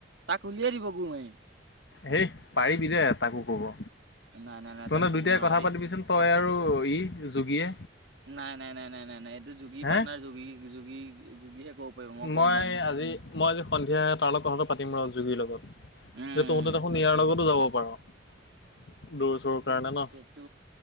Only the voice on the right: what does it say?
তাক উলিয়াই দিব গুৰ মাৰি।
নাই নাই নাই
তাক ক'ব
নোৱাৰা
দেই
নাই, নাই, নাই, নাই, নাই, নাই, এইটো যোগী
পাটনাৰ যোগী যোগী যোগীহে ক'ব পাৰিব ক'ব
নোৱাৰিম
উম
মা-
টো